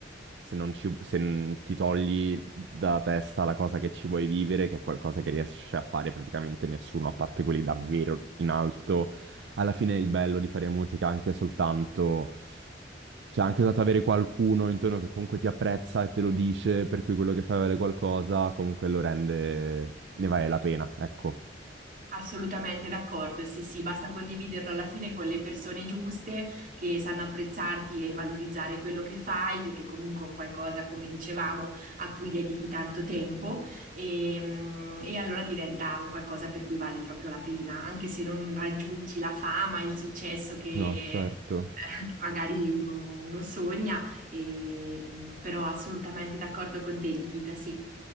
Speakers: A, on the right; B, on the right.
A: se non ci- se n- ti togli da testa la cosa che ci vuoi vivere, che è qualcosa che riesce a fare praticamente nessuno, a parte quelli davvero in alto, alla fine è il bello di fare musica anche soltanto... Cioè, anche soltanto avere qualcuno intorno che comunque ti apprezza e te lo dice, per cui quello che fai vale qualcosa, comunque lo rende... ne vale la pena, ecco.
B: Assolutamente d'accordo, sì, sì, basta condividerlo alla fine con le persone giuste che sanno apprezzarti e valorizzare quello che fai, perché comunque è un qualcosa, come dicevamo, a cui dedichi tanto tempo e, mm, e allora diventa un qualcosa per cui vale proprio la pena, anche se non raggiungi la fama, il successo che,
A: No, certo.
B: <laughs> che magari uno, uno sogna, e, mm, però assolutamente d'accordo con te, Nikita, sì.